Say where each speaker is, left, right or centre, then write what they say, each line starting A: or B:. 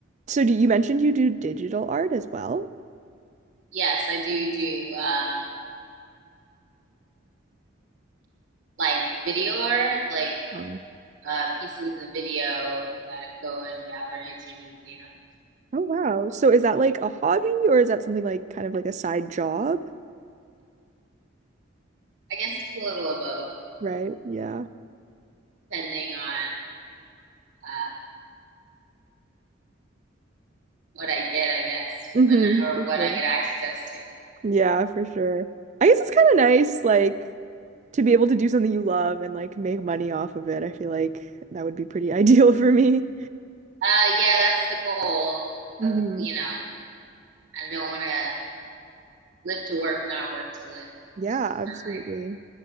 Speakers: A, on the right; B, on the right.
A: So do you mentioned you do digital art as well?
B: Yes, I do do um, like video art, like
A: Oh.
B: uh, pieces of video that go in galleries or museums.
A: Oh wow. So is that like a hobby or is that something like kind of like a side job?
B: I guess a little of both,
A: Right? Yeah.
B: depending on uh, what I get, I guess,
A: hmm
B: when I, or
A: For
B: what
A: sure.
B: I get access to.
A: Yeah, for sure. I guess it's kind of nice, like to be able to do something you love and like make money off of it, I feel like that would be pretty <laughs> ideal for me.
B: Uh, yeah, that's the goal
A: hmm
B: of, you know, I don't want to live to work, not work to live.
A: Yeah,
B: It's
A: absolutely.
B: not like,